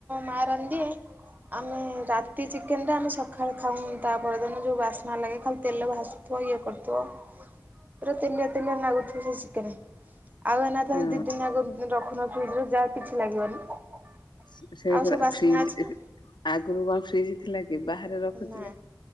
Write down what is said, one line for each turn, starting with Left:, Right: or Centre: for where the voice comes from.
Right: ମାରନ୍ତିି ଆମେ ରାତି ଚିକେନରେ ଆମେ ସକାଳେ ଖାଉନ ତା ପରଦିନ ଯୋଉ ବାସ୍ନା ଲାଗେ ଖାଲି ତେଲ ଭାସୁଥିବ ଇଏ କରୁଥିବ ପୁରା ତେଲିଆ ତେଲିଆ ନାଗୁଥିବ ଶିକରେ ଆଉ ଏଥେ
Left: ହଁ
Right: ଦି ଦିନିଆ ରଖୁନ ଫିଜ ଯାହା କିଛି ଲାଗିବନି
Left: ସୋ
Right: ଆଉ ସବୁ ବାସ୍ନା
Left: ଫ୍ରିଜ
Right: ଅଛି ନା
Left: ଆଗରୁ କଣ ଫ୍ରିଜ ଥିଲା କି ବାହାରେ ରଖୁଥିଲେ
Right: ନା